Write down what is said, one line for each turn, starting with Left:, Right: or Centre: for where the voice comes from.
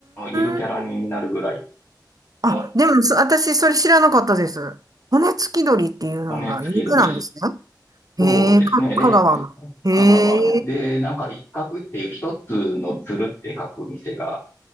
Left: ゆるキャラになるぐらい
Right: ーん。あ、
Left: の
Right: でも、そ私、それ知らなかったです。骨付き鳥っていうのが有名なんです
Left: 骨付き鶏です。
Right: ね。
Left: そうですね。
Right: へえ、か、
Left: で、
Right: 香川の。へえ。
Left: 香川の、で、なんか一角っていう一つの鶴って書く店が、